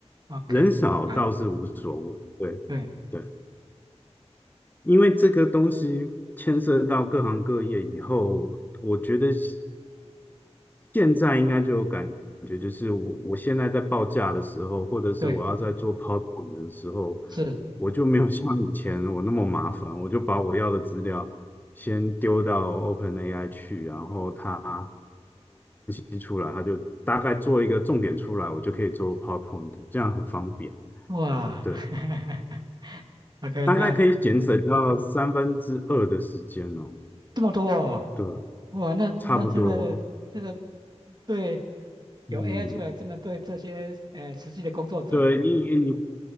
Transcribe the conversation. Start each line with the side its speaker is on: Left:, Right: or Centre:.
Right: ，OK，
Left: 人少倒是无所谓。
Right: 明白，
Left: 对，
Right: 对
Left: 对。因为这个东西牵涉到各行各业以后，我觉得现在应该就有感觉，就是我我现在在报价的时候，或者是我要在做
Right: 对，
Left: PowerPoint 的时候，
Right: 是，
Left: 我就没有像以前我那么麻烦，我就把我要的资料先丢到 OpenAI 去，然后它提出来，它就大概做一个重点出来，我就可以做 PowerPoint，这样很方便，
Right: 哇
Left: 对，
Right: <laughs>，OK，
Left: 大概可以节省到三分之二的时间哦。
Right: 那。这么多哦，
Left: 对，
Right: 哇，那那真的这个
Left: 差不多，
Right: 对有
Left: 嗯，
Right: AI 出来，真的对这些呃实际的工作者，
Left: 对你你